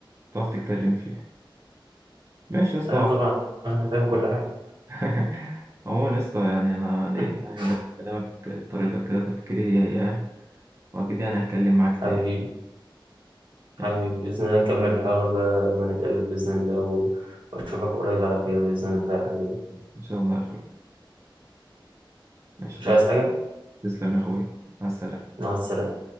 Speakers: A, on the right; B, on the right.
A: تعرف تتكلم فيه ماشي يا اسطى
B: ايوه طبعا انا فاهم كل حاجه
A: <laughs> عموما يا اسطى يعني انا لقيت
B: <laughs>
A: يعني نفس كلامك طريقتك كده تفكيري هي اياها واكيد يعني هتكلم معاك تاني
B: حبيبي حبيبي
A: ماشي
B: باذن الله نكمل الحوار ده لما نتقابل باذن الله و- واشوفك قريب على خير باذن الله يا حبيبي
A: ان شاء الله يا اخوي ماشي
B: مش
A: توصل
B: عايز حاجه
A: تسلم يا اخويا مع السلامة
B: مع السلامه